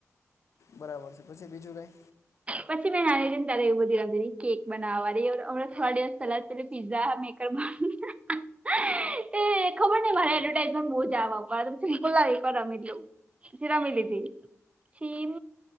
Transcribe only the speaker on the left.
બરાબર છે પછી બીજું કાએ.